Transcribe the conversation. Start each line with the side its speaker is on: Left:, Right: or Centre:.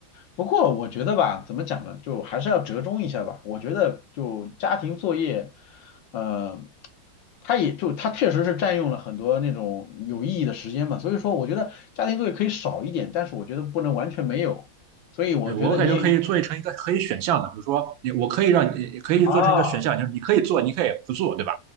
Left: 不过我觉得吧，怎么讲呢，就还是要折中一下吧。我觉得就家庭作业，呃，它也就它确实是占用了很多那种有意义的时间嘛。所以说，我觉得家庭作业可以少一点，但是我觉得不能完全没有。所以我觉得你也应该
Right: 对，我感觉可以做成一个可以选项的，比如说你，我可以让你可以做成一个选项，
Left: 啊
Right: 就是你可以做，你可以不做，对吧？